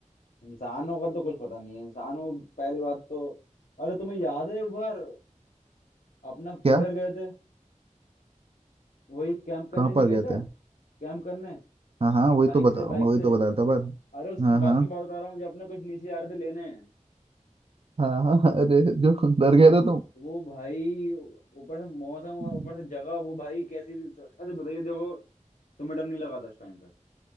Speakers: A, on the left; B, on the right.
A: इंसानों का तो कुछ पता नहीं है इंसानों को पहली बात तो अरे तुम्हें याद है एक बार अपना
B: क्या
A: उधर गए थे वही कैंप करने
B: कहाँ
A: नहीं
B: पर
A: गए
B: गए
A: थे
B: थे
A: कैंप करने
B: हाँ हाँ वही
A: बाइक
B: तो बता
A: से बाइक
B: वही
A: से
B: तो बता रहा था बात
A: अरे उसकी
B: हाँ
A: बात
B: हाँ
A: की बात बता रहा हूँ जब अपने कुछ नीचे आ रहे थे लेने
B: हाँ हाँ हाँ, अरे जो डर गए थे तुम
A: वो भाई ऊपर से मौसम और
B: <laughs>
A: ऊपर से जगह वो भाई कैसी थी सच बताइए देखो तुम्हें डर नहीं लगा था उस टाइम पर